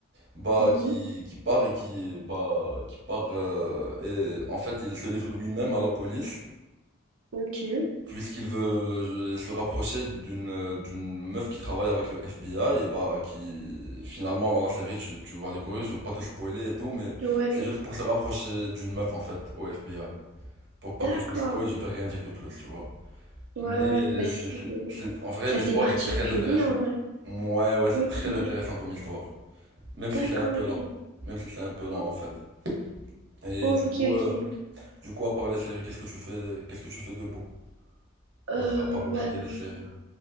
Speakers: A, on the right (about 55°); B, on the right (about 80°).
A: bah,
B: Mhm.
A: qui, qui part et qui, bah, qui part, euh, et en fait, il se livre lui-même à la police.
B: Ok.
A: puisqu'il veut euh, se rapprocher d'une euh, d'une meuf qui travaille avec le FBI et bah qui finalement dans la série tu, tu vas découvrir, je veux pas te spoiler et tout mais
B: Ouais,
A: c'est
B: d-
A: juste pour se rapprocher d'une meuf en fait au FBI. Pour pas
B: d'accord.
A: que je te spoil, je vais rien dire de plus, tu vois.
B: Ouais,
A: Mais
B: ouais.
A: euh,
B: Bah, c'est
A: c'est, c'est, c'est- en vrai
B: c'est
A: l'histoire
B: assez particulier,
A: est très intéressante.
B: en vrai.
A: Ouais ouais, c'est
B: Ok.
A: très intéressant comme histoire. Même si
B: D'accord,
A: c'est un peu
B: ok.
A: lent. Même si c'est un peu lent
B: O-
A: en fait. Et
B: ok,
A: du coup
B: ok.
A: euh, du coup à part les séries, qu'est-ce que tu fais qu'est-ce que tu fais de beau?
B: Euh,
A: D'autre à part regarder
B: bah alors
A: les
B: là.
A: séries